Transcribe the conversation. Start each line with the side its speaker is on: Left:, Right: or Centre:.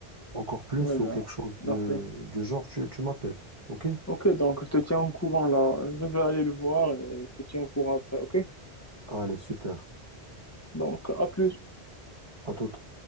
Right: encore plus
Left: Ouais, bah,
Right: ou quelque chose
Left: merci.
Right: de, du genre, tu, tu m'appelles, ok?
Left: Ok, donc je te tiens au courant là. Je vais aller le voir et je te tiens au courant après, ok?
Right: Allez, super,
Left: Donc, à plus.
Right: à toute.